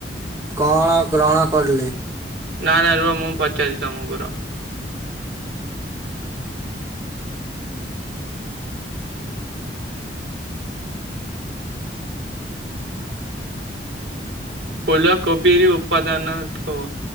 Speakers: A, on the right; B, on the right.
A: କଣ ଗ୍ରହଣ କରିଲେ?
B: ନା-ନା ରୁହ ମୁଁ ପଚାରୁିଛି ତମକୁର। ଫୁଲ କୋବି ଉପାଦାନ କୁହ